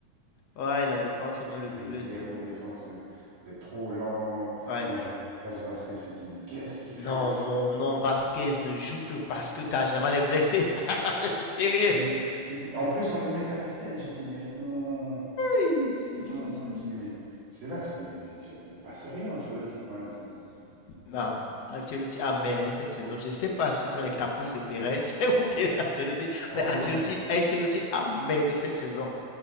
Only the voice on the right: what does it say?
Il
y avait zéro
défense. C'était trop lent.
Moi, je vois Lucas Vasquez, je me dis, mais qu'est-ce qu'il
fait cela?
Je dis, mais- je dis- en plus, on le met capitaine. Je dis mais non,
non.
Je dis mais c'est là, Je dis mais c'est- il est pas sérieux, Ancelotti, quand même. C'est- c'est- c'est-
Ah
ouais, non, parce que.